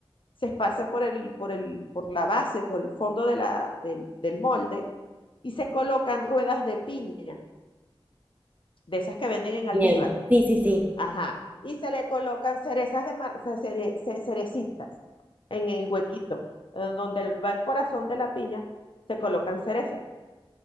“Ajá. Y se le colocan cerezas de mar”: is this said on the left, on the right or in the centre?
Left